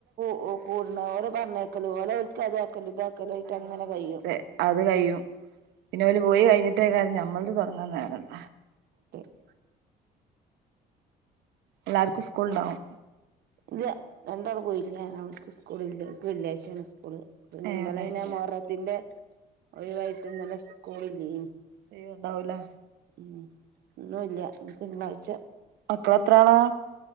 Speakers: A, on the right; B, on the right.
A: ഓ കൂടുണോല് പറഞ്ഞേക്കലും ഓലെൽ ക്കതാ ക്കലും ഇതാക്കലും ആയിട്ട്
B: ആഹ്
A: അങ്ങനെ കയും
B: അതെ അത് കഴിയും പിന്നെ ഓല് പോയി കഴിഞ്ഞിട്ടേ കാരം ഞമ്മൾത് തൊടങ്ങാൻ നേരണ്ട
A: ആ... -
B: എല്ലാർക്കും സ്കൂൾണ്ടാവും
A: ഇല്ല രണ്ടാള് പോയില്ല അവക്ക് സ്കൂളില്ല ഓൽക് വെള്ളി ആഴിച്ചേണ് സ് കുൾ പിന്നെ
B: ഏഹ്
A: ഇന്നലെ
B: വെള്ളിയാഴ്ച
A: പിന്നെ മുഹറത്തിന്റെ ഒയിവായിട്ട് ഇന്നലെ സ്കൂളില്ലേനി
B: ലീവുണ്ടാവുലേ
A: മ് ഇന്നുല്ല തിങ്കളാഴ്ച
B: മക്കളെത്ര ആളാ